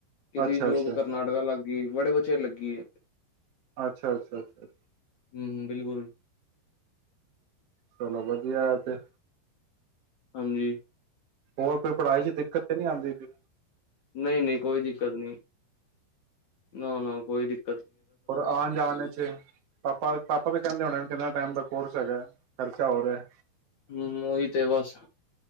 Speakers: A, on the left (about 60°); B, on the right (about 45°).
A: ਕਿਸੇ
B: ਅੱਛਾ
A: ਜੋਬ
B: ਅੱਛਾ
A: ਕਰਨਾਟਕਾ ਲੱਗ ਬੜੇ ਬਚੇ ਲੱਗੀ ਐ।
B: ਅੱਛਾ, ਅੱਛਾ, ਅੱਛਾ।
A: ਹੂੰ, ਬਿਲਕੁਲ।
B: ਚਲੋ ਵਧੀਆ ਤੇ
A: ਹਾਂਜੀ
B: ਹੋਰ ਕੋਈ ਪੜ੍ਹਾਈ ਚ ਦਿੱਕਤ ਤੇ ਨਹੀਂ ਆਉਦੀ ਪਈ
A: ਨਹੀਂ ਨਹੀਂ ਕੋਈ ਦਿੱਕਤ ਨਹੀਂ ਨਾ ਨਾ ਕੋਈ ਦਿੱਕਤ।
B: ਹੋਰ ਆਉਣ ਜਾਣ ਚ ਪਾਪਾ ਪਾਪਾ ਤੇ ਕਹਿੰਦੇ ਹੋਣੇ ਕਿੰਨਾ ਟਾਈਮ ਲ ਕੋਰਸ ਹੈਗਾ ਖਰਚਾ ਹੋਰ ਹੋ ਰਿਹਾ
A: ਹਮ ਓਹੀ ਤੇ ਬੱਸ